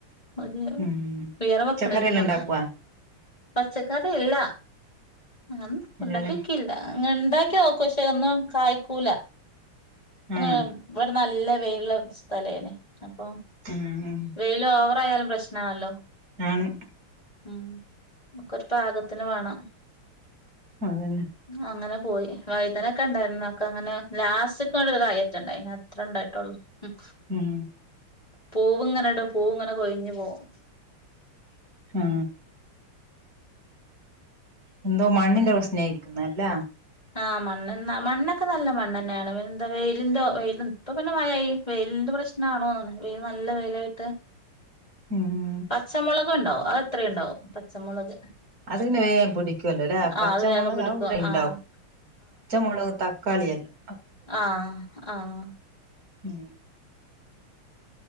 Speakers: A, on the left; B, on the right.
A: അതെ
B: ഉം
A: ഉയര വെക്ക്ണ്ല്ല
B: പച്ചക്കറി എല്ലാം ഉണ്ടാക്കുവാ
A: പച്ചക്കറി ഇല്ല അങ്ങനെ
B: ഇല്ലാലോ
A: ഉണ്ടാക്കിക്കില്ല അങ്ങ ഉണ്ടാക്കി നോക്കും പക്ഷേ ഒന്നും കായ്ക്കൂല അങ്ങന
B: ആഹ്
A: ഇവിടെ നല്ല വെയില്ള്ള സ്ഥലേ നി അപ്പം
B: ആഹ്
A: വെയില് ഓവറായാലും പ്രശ്നാണല്ലോ
B: ആണ്
A: ഉം ഒക്കെ ര് പാകത്തിന് വാണം
B: അതന്നെ
A: അങ്ങനെ പോയി വൈതനൊക്കെ ഉണ്ടായിരുന്നു ഒക്കെ അങ്ങനെ ലാസ്റ്റ്ക്കാണ്ട് ഒരു കായന്റെ ഇണ്ടായി നി അത്ര ണ്ടായിട്ടൊള്ളൂ ഉം
B: ഉം
A: പൂവ് ങ്ങനെ ടും പൂവ് ങ്ങനെ കൊഴിഞ്ഞ് പോവും
B: ആഹ് എന്തോ മണ്ണിന്റെ പ്രശ്നായിരിക്കുന്ന ല്ല
A: ആഹ് മണ്ണ് ന്നാ മണ്ണൊക്കെ നല്ല മണ്ണ് തന്നെയാണ് എന്താ വെയിലിന്റെ വെയില ഇപ്പൊ പിന്നെ മഴായി വെയിലിന്റെ പ്രശ് ഞ്ഞാണ് ഓന്ന്ണ് വെയില് നല്ല വെയിലായിട്ട്
B: ഉം
A: പച്ചമുളക് ണ്ടാവും അത് എത്രിണ്ടാവും പച്ചമുളക്
B: അത് ന്നെ വേ പിടിക്കുല്ലോ ലേ പച്ചമുളക്
A: ആഹ് അത് വേഗം പിടിക്കും
B: അഹ് ഇവിടെ ഉണ്ടാവും
A: ആഹ്
B: പച്ചമുളക് തക്കാളി എല്ലാം
A: ആഹ്‌ ആഹ്‌
B: ഉം